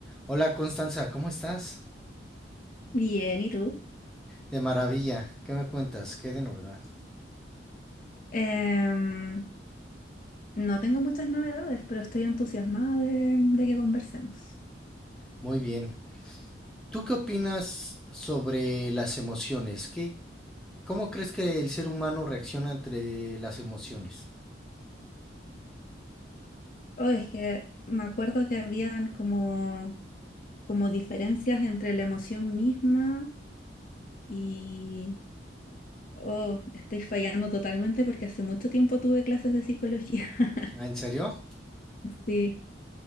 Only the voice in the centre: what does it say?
Hola Constanza, ¿cómo estás?
De maravilla, ¿qué me cuentas? ¿Qué de novedad?
Muy bien. ¿Tú qué opinas sobre las emociones? ¿Qué, ¿Cómo crees que el ser humano reacciona entre las emociones?
Ah, ¿En serio?